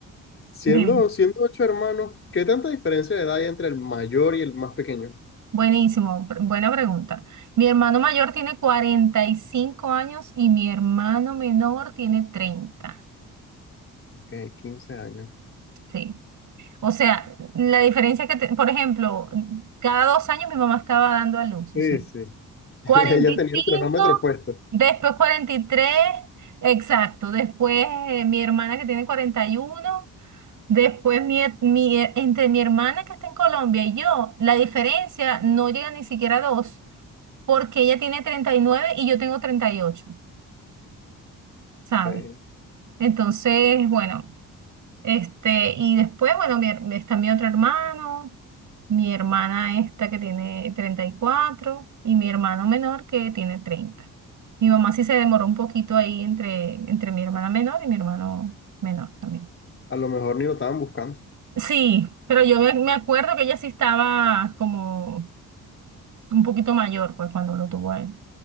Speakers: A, on the left (about 40°); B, on the right (about 65°).
A: siendo,
B: dime.
A: siendo ocho hermanos, ¿qué tanta diferencia de edad hay entre el mayor y el más pequeño?
B: Buenísimo, pr- buena pregunta. Mi hermano mayor tiene 45 años y mi hermano menor tiene treinta
A: Ok, 15 años.
B: Sí. O sea, la diferencia que, te- por ejemplo, cada dos años mi mamá estaba dando a luz,
A: Sí,
B: o sea,
A: sí.
B: 45,
A: <laughs> Ella tenía el cronómetro puesto.
B: después 43, exacto, después eh, mi hermana que tiene 41, después mi, he- mi he- entre mi hermana que está en Colombia y yo, la diferencia no llega ni siquiera a dos, porque ella tiene treinta y nueve y yo tengo 38, ¿sabes?
A: Ok.
B: Entonces, bueno. Este, y después, bueno, mi her- está mi otro hermano, mi hermana esta que tiene treinta y cuatro y mi hermano menor que tiene 30. Mi mamá sí se demoró un poquito ahí entre, entre mi hermana menor y mi hermano menor también.
A: A lo mejor ni lo estaban buscando.
B: Sí, pero yo me, me acuerdo que ella sí estaba como un poquito mayor, pues, cuando lo tuvo a él.